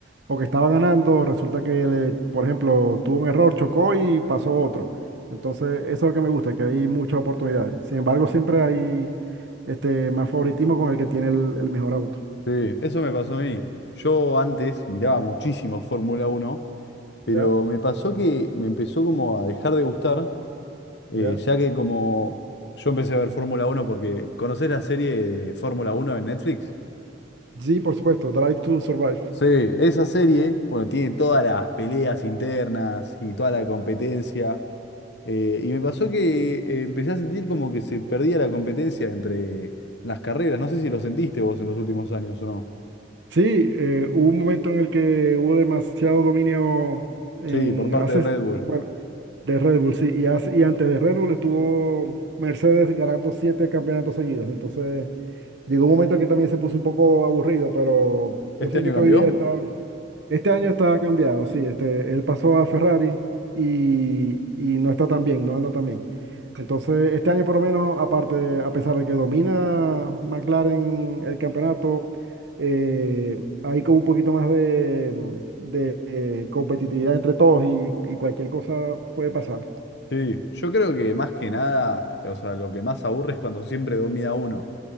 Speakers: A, on the right (about 65°); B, on the left (about 65°).
A: o que estaba ganando, resulta que, le- por ejemplo, tuvo un error, chocó y pasó otro. Entonces, eso es lo que me gusta, que hay muchas oportunidades. Sin embargo, siempre hay este, más favoritismo con el que tiene el, el mejor auto.
B: Sí, eso me pasó a mí. Yo antes miraba muchísimo Fórmula Uno, pero
A: Ya,
B: me pasó que me empezó como a dejar de gustar, eh,
A: ya.
B: ya que como yo empecé a ver Fórmula Uno porque ¿conocés la serie de Fórmula Uno en Netflix?
A: Sí, por supuesto, Drive to Survive.
B: Sí, esa serie, bueno, tiene todas las peleas internas y toda la competencia. eh, y me pasó que eh, empecé a sentir como que se perdía la competencia entre las carreras. No sé si lo sentiste vos en los últimos años o no.
A: Sí, eh, hubo un momento en el que hubo demasiado dominio en
B: Sí, por parte
A: hace,
B: de Red Bull.
A: bueno, de Red Bull, sí, y, hace- y antes de Red Bull estuvo Mercedes ganando siete campeonatos seguidos. Entonces, llegó un momento que también se puso un poco aburrido, pero yo
B: ¿Este
A: siento
B: año
A: que
B: cambió?
A: hoy día está. Este año está cambiado, sí. Este, él pasó a Ferrari y, y no está tan bien, no anda tan bien. Entonces, este año por lo menos, aparte, a pesar de que domina McLaren el campeonato, eh, hay como un poquito más de, de, eh, competitividad entre todos y, y cualquier cosa puede pasar.
B: Sí, yo creo que más que nada, o sea, lo que más aburre es cuando siempre domina uno,